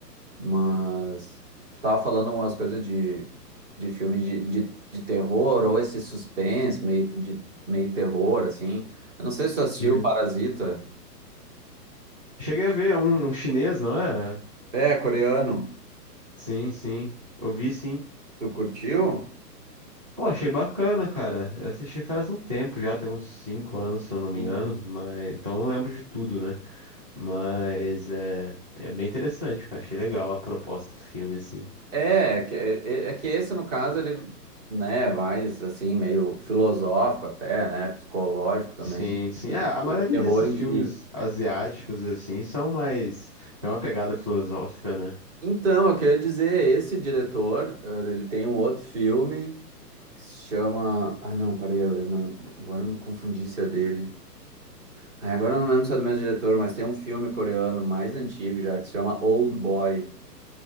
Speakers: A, on the right; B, on the right.
A: Mas tu tava falando umas coisas de, de filme de, de, de terror, ou esse suspense, meio de meio terror, assim. Eu não sei se tu assistiu
B: uhum.
A: Parasita.
B: Cheguei a ver é um, um chinês, não é?
A: É, coreano.
B: Sim, sim. Eu vi sim.
A: Tu curtiu?
B: Pô, achei bacana, cara. Eu assisti faz um tempo já, tem uns cinco anos, se eu não me
A: Sim.
B: engano. Mas... Então não lembro de tudo, né? Mas é, é bem interessante, cara. Achei legal a proposta do filme, assim.
A: É, é, que- é é é que esse, no caso, ele, né, é mais assim, meio filosófico até, né? Psicológico também,
B: Sim, sim.
A: do
B: É,
A: que
B: a maioria
A: terror
B: desses
A: em
B: filmes
A: si.
B: asiáticos, assim, são mais. É uma pegada filosófica, né?
A: Então, eu queria dizer, esse diretor, eh, ele tem um outro filme. que se chama. Ah, não, parei, agora não, agora eu me confundi se é dele. Ah, agora eu não lembro se é do mesmo diretor, mas tem um filme coreano mais antigo já que se chama Old Boy.